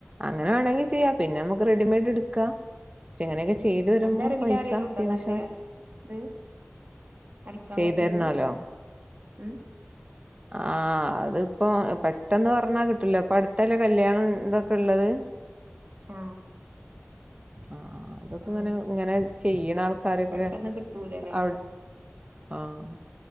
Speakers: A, on the right (about 25°); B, on the right (about 45°).
A: അങ്ങനെ വേണങ്കി ചെയ്യാ പിന്നെ നമ്മക്ക് റെഡിമെയ്ഡ് ഇട്ക്കാ പിന്നെ ഇങ്ങനെക്കെ ചെയ്ത് വരുമ്പോ
B: അന്റെ അറിവില്
A: പൈസ
B: ആരേലുണ്ടോ
A: അത്യാവിശ്യം
B: നല്ല ഇത് അടിക്കാൻ
A: ചെയ്തര്ന്നാലോ
B: പറ്റിയോല് ഉം
A: ആ അത്പ്പോ പെട്ടെന്ന് പറഞ്ഞാ കിട്ട്ല്ലാ ഇപ്പൊ അടുത്തല്ലേ കല്യാണം തൊക്കെള്ളത്
B: ആഹ്
A: ആഹ് അതൊക്കെ
B: ആഹ്
A: ഇങ്ങനെ ഇങ്ങനെ ചെയ്യ്ണ ആൾക്കാരൊക്കെ
B: പെട്ടെന്ന് കിട്ടൂലല്ലേ
A: അവ് ആഹ്